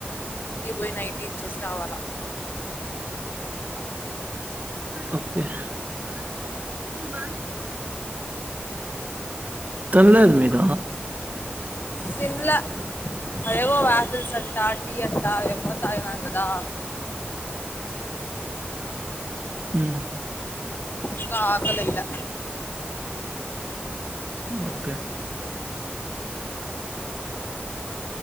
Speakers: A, on the left; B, on the right.
A: ఇంటికి బొయ్ నైటీ ఇచ్చేసి రావాలా
B: ఒకె ఉ తనలేదు మీద
A: తిన్లా అదేవో వాసల్స్ అంటా టీ అంటా ఎమో తాగినా గదా
B: ఉం
A: ఇక ఆకలై లా
B: ఒకే